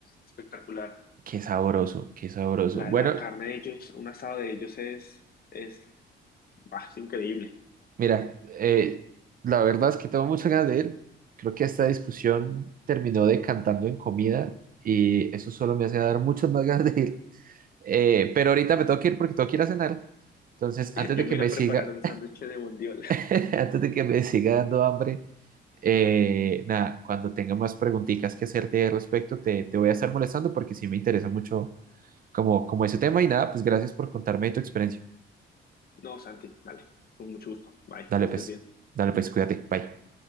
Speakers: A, on the left; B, on the right.
A: espectacular.
B: qué sabroso, qué sabroso.
A: La,
B: Bueno,
A: la carne de ellos, un asado de ellos es, es, ah, es increíble.
B: mira, eh, la verdad es que tengo muchas ganas de ir. Creo que esta discusión terminó decantando en comida y eso solo me hace dar muchas más ganas de ir. Eh, pero ahorita me tengo que ir porque tengo que ir a cenar. Entonces,
A: <laughs>
B: antes
A: Yo
B: de que
A: me
B: me
A: iré a
B: siga,
A: preparar un sándwich de bondiola. <laughs>
B: <laughs> Antes de que me siga dando hambre, eh, nada, cuando tenga más preguntitas que hacerte al respecto, te, te voy a estar molestando porque sí me interesa mucho como, como ese tema y nada, pues gracias por contarme tu experiencia.
A: No, Santi, dale, con mucho gusto. Bye,
B: Dale
A: que estés
B: pues,
A: bien.
B: dale pues, cuídate, bye.